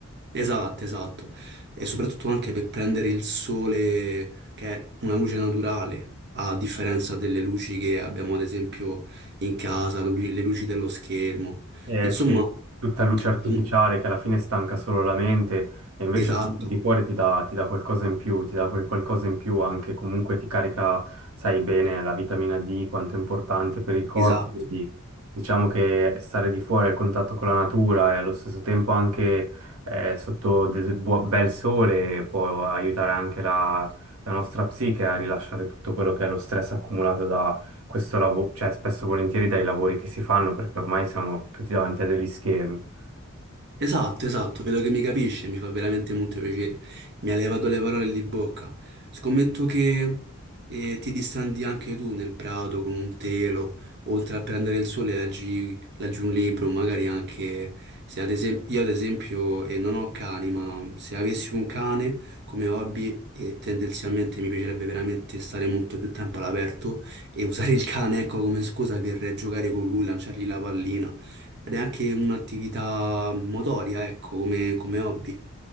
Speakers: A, on the right (about 55°); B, on the right (about 75°).
A: Esatto, esatto. E soprattutto anche per prendere il sole, che è una luce naturale, a differenza delle luci che abbiamo ad esempio in casa, le lu- le luci dello schermo.
B: Eh,
A: Insomma,
B: sì, tutta luce artificiale
A: tu-
B: che alla fine stanca solo la mente e invece
A: esatto,
B: la luce di fuori ti dà, ti dà qualcosa in più, ti dà quel qualcosa in più anche, comunque ti carica, sai bene, la vitamina D, quanto è importante per il corpo,
A: esatto.
B: quindi diciamo che stare di fuori al contatto con la natura e allo stesso tempo anche eh, sotto del buo- bel sole può aiutare anche la, la nostra psiche a rilasciare tutto quello che è lo stress accumulato questo lavoro, cioè spesso e volentieri dai lavori che si fanno perché ormai siamo tutti davanti a degli schermi.
A: Esatto, esatto, vedo che mi capisce, mi fa veramente molto piacere. Mi ha levato le parole di bocca. Scommetto che eh, ti distandi anche tu nel prato con un telo, oltre a prendere il sole, leggi, leggi un libro, magari anche se ad esempio io ad esempio eh, non ho cani, ma se avessi un cane come hobby e tendenzialmente mi piacerebbe veramente stare molto più tempo all'aperto e usare il cane, ecco, come scusa per giocare con lui, lanciargli la pallina. Ed è anche un'attività motoria, ecco, come, come hobby.